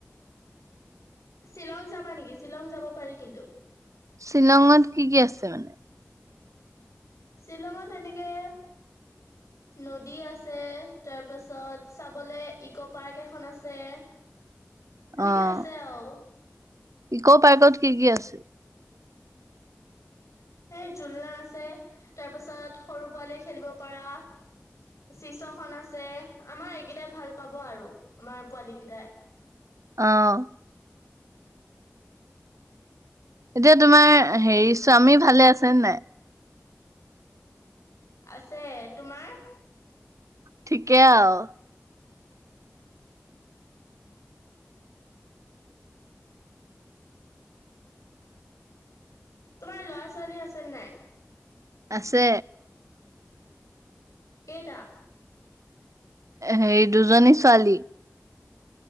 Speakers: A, on the left; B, on the right.
A: শ্বিলং যাবা নেকি শ্বিলং যাব পাৰি কিন্তু
B: শ্বিলঙত কি কি আছে মানে
A: শ্বিলঙত এনেকে নদী আছে তাৰপাছত চাবলে ইক' পাৰ্ক এখন আছে। সেনেকে
B: অ',
A: আছে আৰু
B: ইক' পাৰ্কত কি কি আছিল?
A: সেই জোলনা আছে তাৰ পিছত সৰু পোৱালি খেলিব পৰা চিচখনন আছে আমাৰ এইকেইটাই ভাল। পাব আৰু আমাৰ পোৱালি কেইটা। তায়
B: আহ এতিয়া তোমাৰ হেৰি স্বামী ভালে আছেনে নাই।
A: আছে তোমাৰ
B: ঠিকে আও
A: তোমাৰ ল'ৰা ছোৱালী আছে নাই?
B: আছে
A: কেইটা
B: হে দুজনী ছোৱালী